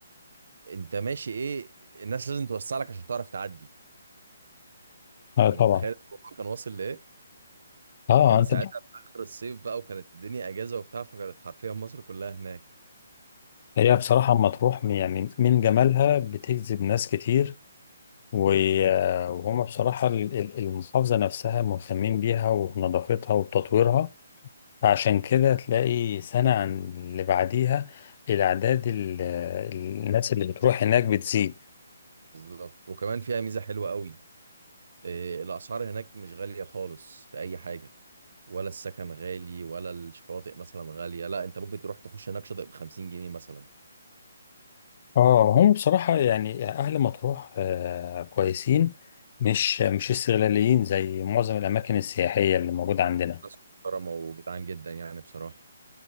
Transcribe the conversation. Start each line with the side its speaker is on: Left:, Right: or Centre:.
Right: أنت ماشي إيه الناس لازم توسع لك عشان تعرف تعدي
Left: اه
Right: ومتخيل
Left: طبعا
Right: الموضوع كان واصل لإيه
Left: اه
Right: كان
Left: انت
Right: ساعتها في اخر الصيف بقى وكانت الدنيا اجازه وبتاع فكانت حرفيا مصر كلها هناك
Left: هي بصراحه اما تروح يعني من جمالها بتجذب ناس كتير و- وهم بصراحة ال- ال- المحافظة نفسها مهتمين بيها ونظافتها وتطويرها عشان كده تلاقي سنة عن اللي بعديها الأعداد ال- الناس اللي بتروح هناك بتزيد
Right: بالظبط وكمان فيها ميزه حلوه قوي إيه، الاسعار هناك مش غاليه خالص في اي حاجه ولا السكن غالي ولا الشواطئ مثلا غاليه لا انت ممكن تروح تخش هناك شاطئ ب 50 جنيه مثلا
Left: اه هم بصراحة يعني أهل مطروح آه، كويسين مش مش استغلاليين زي معظم الأماكن السياحية اللي موجودة عندنا
Right: ناس محترمه وجدعان جدا يعني بصراحه